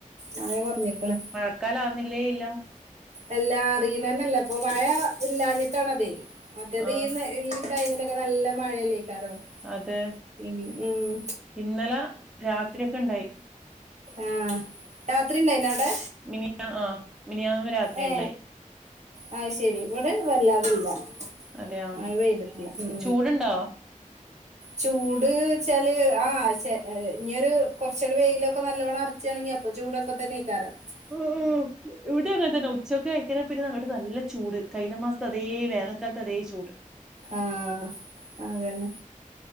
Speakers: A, on the right; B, in the centre.
A: മഴ കൊറഞ്ഞേക്ക്ണ്
B: മഴക്കാലം ആവുന്നില്ലേ ഇല്ല
A: എല്ലാം അറിയണന്നല്ല ഇപ്പൊ മഴ ഇല്ലാഞ്ഞിട്ടാണ് അതെയ് മറ്റേത്
B: ആ
A: ഈ ഈ ടൈമിലൊക്കെ നല്ല മഴല്ലേക്കാരം.
B: അതെ
A: ഉ ഉം
B: ഇന്നലെ രാത്രിയൊക്കെ ഇണ്ടായി
A: ആഹ് രാത്രി ഇണ്ടായ്നി അവ്ടെ?
B: മിനിയ ആഹ് മിനിയാന്ന് രാത്രി
A: ഏ
B: ഇണ്ടായി
A: അഹ് ശരി ഇവിടെ സുഖ ല്ലാതില്ല
B: അതെയാ
A: മഴ പെയ്തിട്ടില്ല ഉം
B: ചൂടുണ്ടോ
A: ചൂട് വെച്ചാല് ആ് ചെ ഇനിയെരു കൊറച്ചടെ വെയിലൊക്കെ നല്ലോണം അറ ച്ചാണങ്കി അപ്പൊ ചൂടക്കൊ തന്നെ <unintelligible>
B: <unintelligible> ഇവിടെ <unintelligible> ഉച്ചക്ക് കഴിക്കണ പിന്നെ അങ്ങട്ട് നല്ല ചൂട്. കഴിഞ്ഞ മാസത്ത് അതേ വേനക്കാലത്ത് അതേ ചൂട്.
A: ആഹ് ആ അതന്നെ